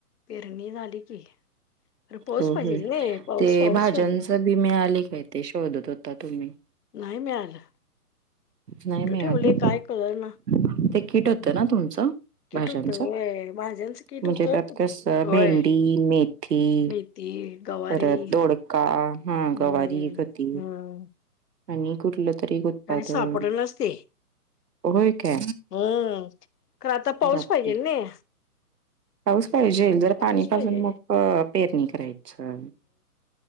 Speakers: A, on the left (about 80°); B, on the right (about 85°).
A: पेरणी झाली की. अरे पाऊस
B: हो
A: पाहिजे
B: हो
A: नाही पाऊस
B: ते
A: पाऊस
B: भाज्यांच
A: पाहिजे
B: बी मिळाले काय ते शोधत होता तुम्ही?
A: नाही मिळालं
B: नाही
A: कुठे
B: मिळाले
A: ठेवले काय कळना.
B: ते तिकीट होता ना तुमच? भाज्यांच
A: होत वय भाज्यांचं किट
B: म्हणजे
A: होत
B: त्यात
A: कुठे
B: काय
A: होय
B: भेंडी, मेथी
A: मेथी गवारी
B: परत दोडका,
A: हम्म
B: गवारी, गती
A: हम्म
B: आणि कुठला तरी उत्पादन
A: काय सापडनाच ते
B: होय का
A: हम्म खरं आता पाऊस
B: बापरे!
A: पाहिजेल नाही
B: पाऊस पाहिजे जर
A: पाऊस
B: पाणी पाझरून
A: पाहिजे
B: मग अ पेरणी करायचा.